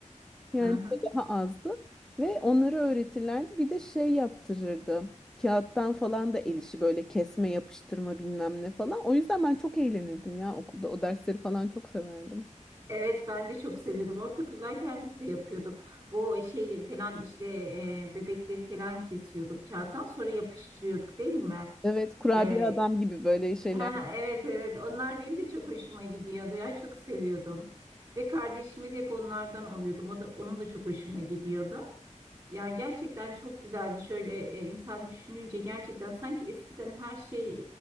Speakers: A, in the centre; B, on the right.
A: yani
B: Hı hı.
A: bu daha azdı ve onları öğretirlerdi. Bir de şey yaptırırdı. Kağıttan falan da el işi böyle kesme, yapıştırma bilmem ne falan. O yüzden ben çok eğlenirdim ya okulda. O dersleri falan çok severdim.
B: Evet ben de çok seviyordum. Ortaokuldayken biz de yapıyorduk. Bu şey falan işte e, bebekleri falan kesiyorduk kağıttan sonra yapıştırıyorduk değil mi?
A: Evet, kurabiye
B: E,
A: adam gibi böyle şeyler.
B: <laughs> Evet evet onlar benim de çok hoşuma gidiyordu ya çok seviyordum. Ve kardeşimi de hep onlardan alıyordum. O da, onun da çok hoşuna gidiyordu. Yani gerçekten çok güzeldi. Şöyle e, insan düşününce gerçekten sanki eskiden her şey